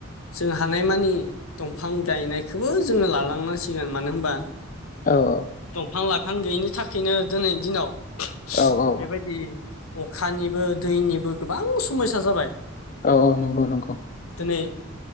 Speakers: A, on the left; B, on the left.
A: जों हानायमानि दंफां गायनायखौबो जोङो लालांनांसिगोन मानो होनबा
B: औ औ
A: दंफां लाइफां गैयिनि थाखायनो दिनै दिनाव बेबायदि
B: औ औ
A: अखानिबो दैनिबो गोबां समयसा जाबाय
B: औ औ नंगौ नंगौ
A: दिनै